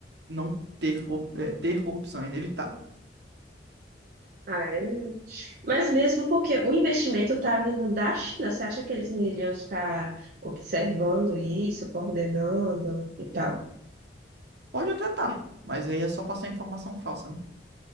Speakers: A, on the right (about 70°); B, on the right (about 50°).
A: não ter, cor- é, ter corrupção, é inevitável.
B: Ah, é muito. Mas mesmo porque o investimento está vindo da China, você acha que eles não iriam estar observando isso, coordenando e tal?
A: Pode até tá, mas aí é só passar informação falsa, né?